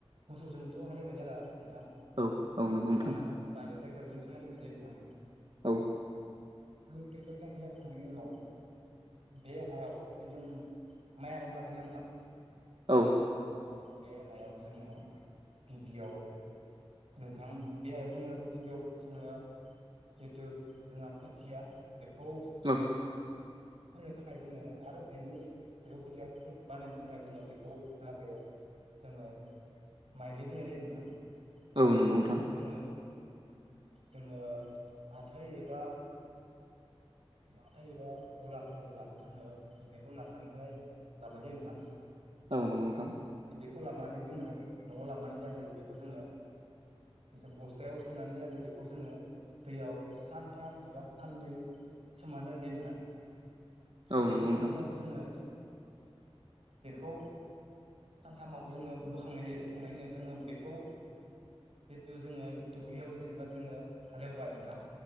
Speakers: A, on the right; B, on the right.
A: मोसौजोंथ' हालेवनाय जाला। नोंथां
B: औ औ नंगौ
A: गोबाङानो
B: नोंथां
A: दाथ ट्रेक्टरजोंसो हालिवनाय जायो नोंथां।
B: औ
A: जों ट्रेक्टरजों हालेवखांनायनि उनाव बे हायाव जुदि जों माइ आबाद नि बागैना नोंथां?
B: औ
A: औ बे हायाव जोङो गिबियाव नोंथां बे हायाव जोङो गिबियाव जोङो जिहेथु जोंहा खोथिया बेखौ
B: औ
A: फोनो थाखाय जोङो आरो बेनि बेखौ खोथिया फो बानायनो थाखाय जोङो बेखौ जाहाथे जोङो माइलि बुंनाय जायो नोंथां।
B: औ
A: जाहाथे
B: नंगौ नोंथां
A: बेखौ जोङो जोङो हा थाइ एबा
B: <inaudible>
A: हाथाय एबा गलाफोरनो लाब जोङो बेखौ नार्सारिनिफ्राय लाबनाय जायो नोंथां।
B: औ नंगौ नोंथां।
A: खौ लाबोनानै जोङो न'आव लाबोनानै जाहाथे बेखौ जोङो एसे बस्थायाव सोनानै जाहाथे बेखौ जोङो दैयाव सानथाम एबा साननै सोमनानै दोननाय जायो नोंथां।
B: औ
A: बेनि
B: नंगौ नोंथां
A: उनाव जोङो बेखौ सानथामाव जोङो बोखांनाय जायो। बोखांनायनि उनाव जोङो बेखौ जिथु जोङो दुब्लियाव जेनेबा जोङो हालेवबाय नोंथां।